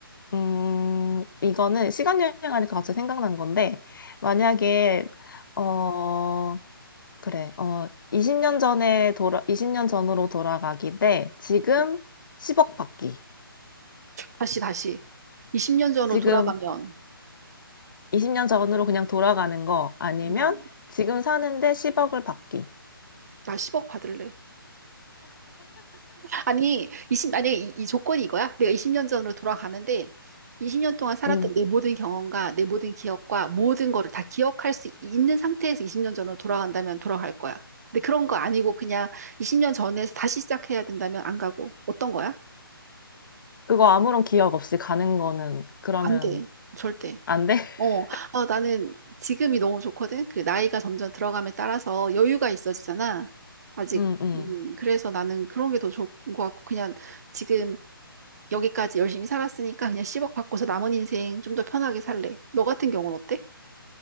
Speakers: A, on the left (about 60°); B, on the right (about 45°).
A: 음, 이거는 시간 여행하니까 갑자기 생각난 건데 만약에 어, 그래. 어, 20년 전에 돌아 20년 전으로 돌아가기 대 지금
B: 응.
A: 10억 받기.
B: 다시 다시 20년 전으로
A: 지금
B: 돌아가면
A: 20년 전으로 그냥 돌아가는 거 아니면
B: 음,
A: 지금 사는데 10억을 받기.
B: 나 10억 받을래. 아니, 이십 만약에 이, 이 조건이 이거야? 내가 20년 전으로 돌아가는데 20년 동안 살았던
A: 음.
B: 내 모든 경험과 내 모든 기억과 모든 거를 다 기억할 수 있는 상태에서 20년 전으로 돌아간다면 돌아갈 거야. 근데 그런 거 아니고 그냥 20년 전에서 다시 시작해야 된다면 안 가고 어떤 거야?
A: 그거 아무런 기억 없이 가는 거는 그러면
B: 안 돼. 절대.
A: 안 돼? <laughs>
B: 어, 아, 나는 지금이 너무 좋거든. 그 나이가 점점 들어감에 따라서 여유가 있어지잖아. 아직.
A: 응, 응.
B: 음, 그래서 나는 그런 게 더 좋은 것 같고 그냥 지금 여기까지 열심히 살았으니까 그냥 10억 받고서 남은 인생 좀 더 편하게 살래. 너 같은 경우는 어때?